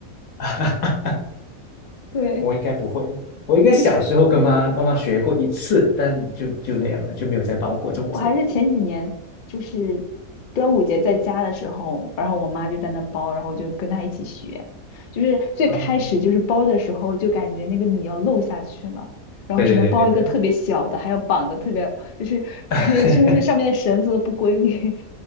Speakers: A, on the left; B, on the left.
A: <laughs>
B: <laughs> 对，
A: 我应该不会，我应该小时候跟妈妈妈学过一次，
B: 就是。
A: 但就就那样了，就没有再包过粽子。
B: 我还是前几年就是端午节在家的时候，然后我妈就在那包，然后我就跟她一起学。就是最开始就是包的时候，
A: 嗯，
B: 就感觉那个米要漏下去了，然后只能包一个特别小的，
A: 对对对对对，
B: 还要绑的特别，就是 <laughs>
A: <laughs>
B: 感觉就是上面的绳子都不规律，